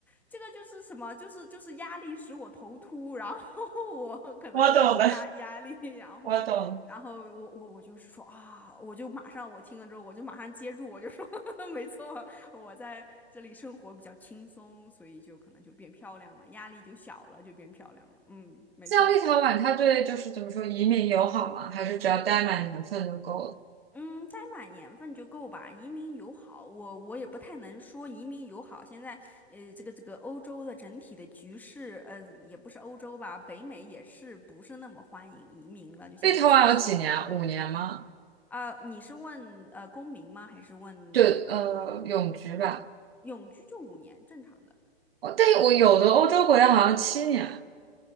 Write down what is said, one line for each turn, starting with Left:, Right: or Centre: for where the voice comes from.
Centre: 这个就是什么，就是就是压力使我头秃，然后我 <laughs> 可能就是压压力，
Right: 我懂了，
Centre: 然后然后我我我就是说啊，
Right: 我懂。了。
Centre: 我就马上我听了之后我就马上接住，我就说呵呵 <laughs> 没错，我在这里生活比较轻松，所以就可能就变漂亮了，压力就小了，就变漂亮了。嗯，没错。
Right: 像立陶宛，它对就是怎么说移民友好吗？还是只要待满年份就够了？
Centre: 嗯，栽满年份就够吧。移民友好，我我也不太能说移民友好。现在，呃，这个这个欧洲的整体的局势，嗯、也不是欧洲吧，北美也是不是那么欢迎移民了，就像早些年。
Right: 立陶宛有几年啊五年吗？
Centre: 啊、你是问呃公民吗？还是问那个
Right: 对，呃，永居吧。
Centre: 永居就五年正常的？
Right: 哦，但我有的欧洲国家好像七年，